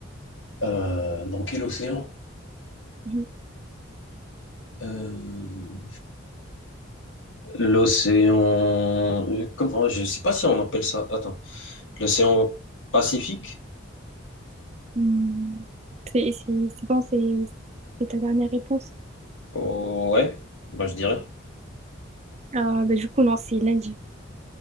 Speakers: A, on the left; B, on the right.
A: Euh, dans quel océan?
B: Mhm.
A: Euh, L'océan... Comment... Je sais pas si on appelle ça... Attends. L'océan Pacifique?
B: Hmm. C'est c'est- c'est bon, c'est c'est ta dernière réponse?
A: Oh, ouais, moi je dirais.
B: Ah, bah, du coup, non, c'est l'Indien.